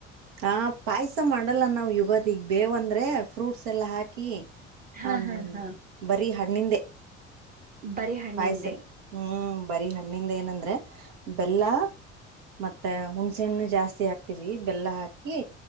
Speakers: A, on the right (about 60°); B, on the right (about 25°).
A: ಹ ಪಾಯಸ ಮಾಡಲ್ಲ ನಾವು ಇಗತ್ತ ಈಗ್ ಬೇವು ಅಂದ್ರೆ ಫ್ರೂಟ್ಸ್ ಎಲ್ಲ ಹಾಕಿ ಕಿ
B: ಹಾ
A: ಹ
B: ಹಾ ಹಾ
A: ಬರಿೀ ಹಣ್ಣಿಂದೆ
B: ಬರೀ ಹಣ್ಣಿಂದೆ
A: ಪಾಯ್ಸ ಹ್ಮ್ ಬರಿೀ ಹಣ್ಣಿಂದ ಏನಂದ್ರೆ ಬೆಲ್ಲ ಮತ್ತೆ ಹುಣ್ಸೆ ಹಣ್ಣು ಜಾಸ್ತಿ ಹಾಕ್ತಿವಿ ಬೆಲ್ಲ ಹಾಕಿ